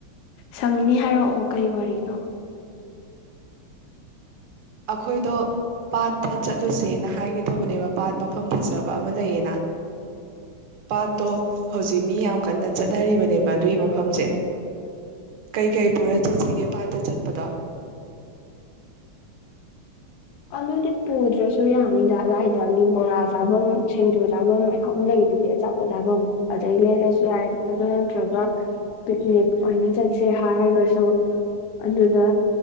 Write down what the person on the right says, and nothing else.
ꯑꯩꯈꯣꯏꯗꫭ ꯄꯥꯠꯇ ꯆꯠꯂꯨꯁꯦꯅ ꯍꯥꯏꯒꯦ ꯇꯧꯕꯅꯦꯕ ꯄꯥꯠ ꯃꯐꯝ ꯐꯖꯕ ꯑꯃ ꯂꯩꯌꯦꯅ ꯄꯥꯠꯇꯣ ꯍꯧꯖꯤꯛ ꯃꯤ ꯌꯥꯝ ꯀꯟꯅ ꯆꯠꯅꯔꯤꯕꯅꯦꯕ ꯑꯗꯨꯏ ꯃꯐꯝꯁꯦ ꯀꯩꯀꯩ ꯄꯨꯔ ꯆꯠꯁꯤꯒꯦ ꯄꯥꯠꯇ ꯆꯠꯄꯗꯣ